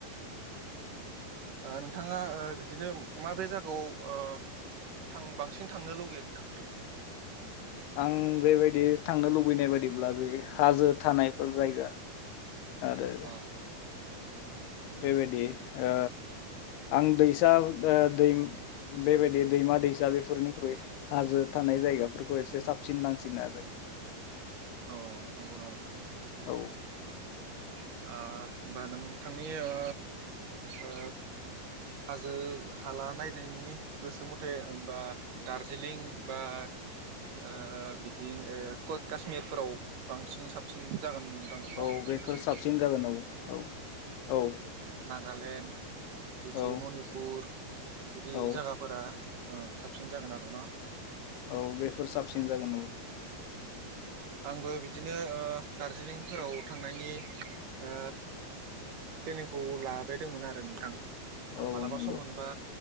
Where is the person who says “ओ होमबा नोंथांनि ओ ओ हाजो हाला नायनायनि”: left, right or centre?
Right